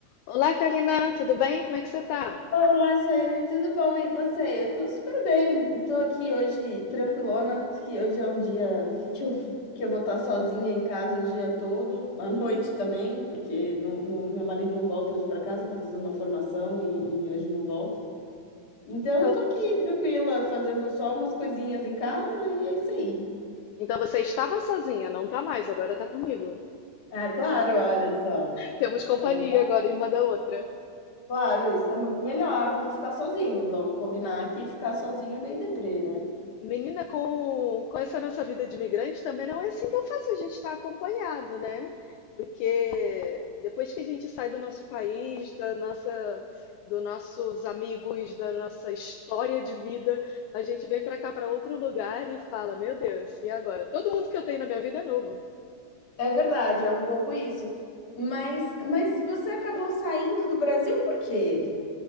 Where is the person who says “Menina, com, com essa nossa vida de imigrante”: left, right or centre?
Left